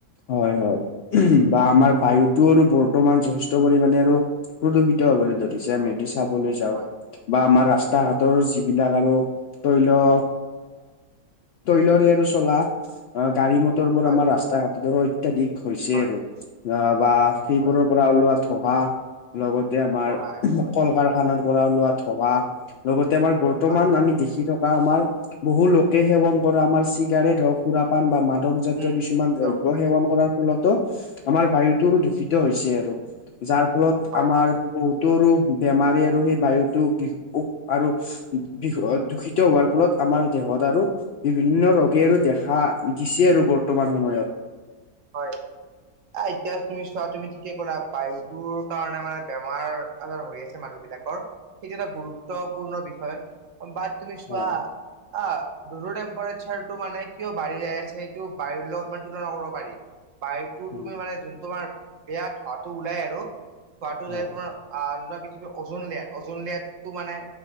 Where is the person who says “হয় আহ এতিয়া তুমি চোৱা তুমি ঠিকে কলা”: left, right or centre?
Right